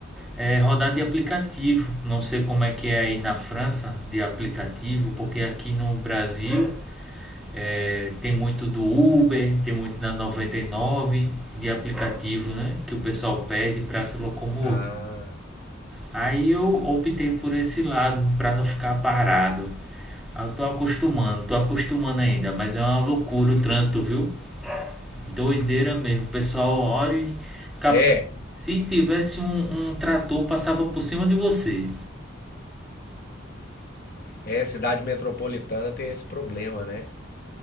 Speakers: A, in the centre; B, on the left.
A: é, rodar de aplicativo. Não sei como é que é aí na França de aplicativo, porque aqui no Brasil é, tem muito do Uber, tem muito da 99 de aplicativo, né, que o pessoal pede para se locomover.
B: Ah,
A: Aí eu optei por esse lado para não ficar parado. Ah, Eu tô acostumando, tô acostumando ainda, mas é uma loucura o trânsito, viu? Doideira mesmo. O pessoal olha, cap-
B: é.
A: se tivesse um, um trator passava por cima de você.
B: É, cidade metropolitana tem esse problema, né?